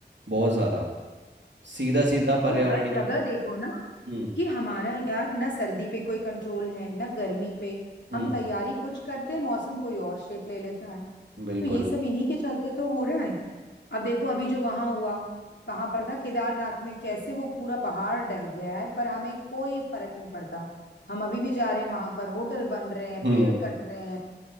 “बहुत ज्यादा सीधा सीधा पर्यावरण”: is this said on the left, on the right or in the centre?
Right